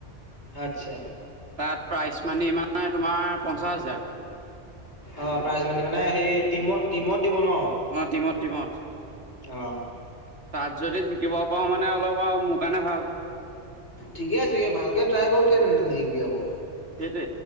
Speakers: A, on the left; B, on the right.
A: আচ্ছা
B: তাত প্ৰাইচ মানি মানে তোমাৰ পঞ্চাশ হাজাৰ।
A: অ প্ৰাইজ মানি মানে সেই টিমত টিমত দিব ন?
B: অ টিমত টিমত।
A: অ
B: তাত যদি জিকিব পাওঁ মানে অলপ মোৰ কাৰণে ভাল
A: ঠিকে আছে ভালকে ট্ৰাই কৰ কেলে নিজিবি আকৌ।
B: সেইটোৱে